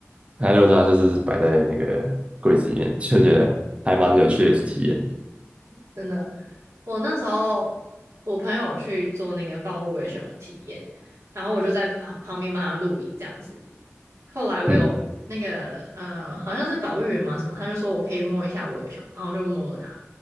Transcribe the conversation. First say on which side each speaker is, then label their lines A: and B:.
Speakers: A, on the right; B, on the right.
A: 它溜达就是摆在那个柜子里面，<laughs> 就觉得还蛮有趣的一次体验。
B: <laughs> 真的，我那时候我朋友去做那个豹无伪熊的体验，然后我就在旁旁边帮他录影这样子。后来我有那个呃，
A: 嗯，
B: 好像是保育员嘛什么，他就说我可以摸一下我的熊，然后就摸了它，